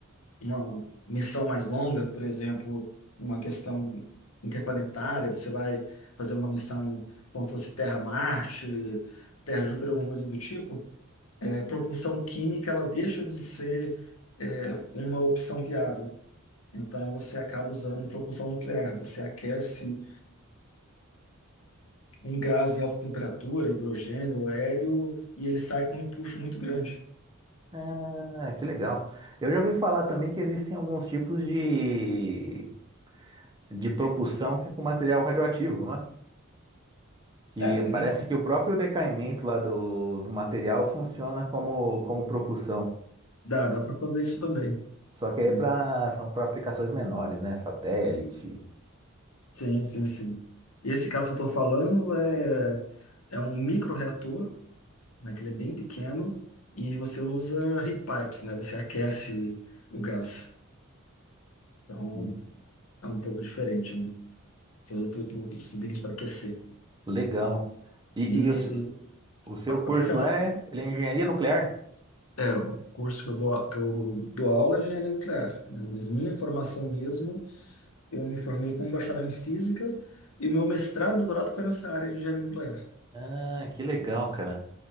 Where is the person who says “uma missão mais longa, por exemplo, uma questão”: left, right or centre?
Left